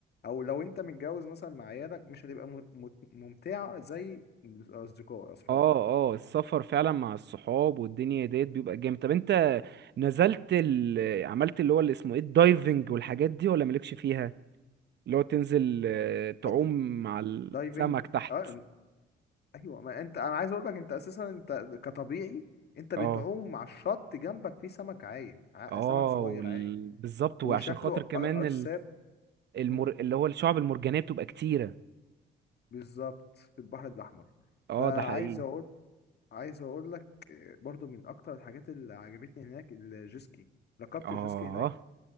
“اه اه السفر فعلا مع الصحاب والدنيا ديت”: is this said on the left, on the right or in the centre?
Right